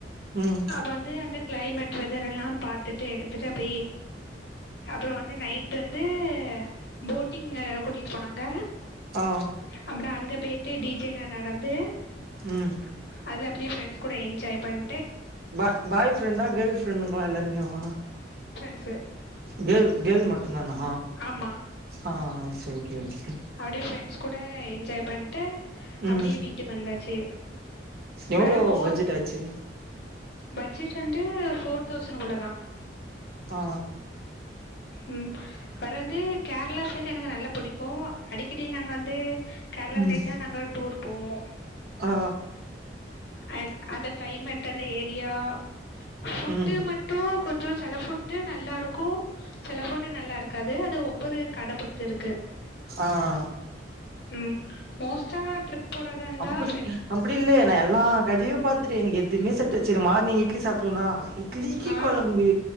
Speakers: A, on the right; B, on the left.
A: ம்
B: அ வந்து அந்த கிளைமேட் வேதர் எல்லா பாத்துட்டு எடுத்துட்டு அபி அப்புறம் வந்து நைட் வந்து போட்டிங் கூட்டிட்டு போனாங்க
A: ஆ
B: அப்புறம் அங்க போயிட்டு டிஜேல்லா நடந்து
A: ம்
B: அதுல அப்படியே ஃஃப்ரெண்ட்ஸ் கூட என்ஜாய் பண்
A: ப் பாய் ஃப்ரெண்டா கேர்ள் ஃப்ரெண்டுங்கல்லா எல்லாருமோ
B: சு
A: கேல் கேல் மட்டும் தானா
B: ஆமா
A: ஆ ஓகே ஓகே
B: அப்டியே ஃப்ரெண்ட்ஸ் கூட என்ஜாய் பண்ணிட்டு
A: ம்
B: அப்படியே வீட்டுக்கு வந்தாச்சு
A: எவ்ளோ
B: வேற மோ
A: பட்ஜெட் ஆச்சு
B: ப ட்ஜெட் வந்து ஃபோர் தௌசண்ட் உள்ளதா
A: ஆ
B: ம் வேற வந்து கேரளா சைட் எனக்கு நல்லா பிடிக்கு அடிக்கடி நாங்க வந்து கேரளா
A: ம்
B: சைட் தா நான்க டூர் போவோ
A: ஆ
B: அண்ட் அந்த கிளைமேட் அந்த ஏரியா ஃபுட்டு
A: ம்
B: மட்டு கொஞ்சோ சில ஃபுட்டு நல்லா இருக்கு சில ஃபுட் நல்லா இருக்காது அது ஒவ்வொரு கட பொறுத்து இருக்கு
A: ஆ
B: ம் மோஸ்டா ட்ரிப் போறதா இருந்தா
A: அப்படி
B: ஃப்ரெண்ட்
A: அப்படி இல்ல நா எல்லா கடையு பாத்துட்டே எனக்கு எதுவுமே <unintelligible> மார்னிங் இட்லி சாப்பிடும்னா இட்லிக்கீ
B: ஆ
A: குழம்பு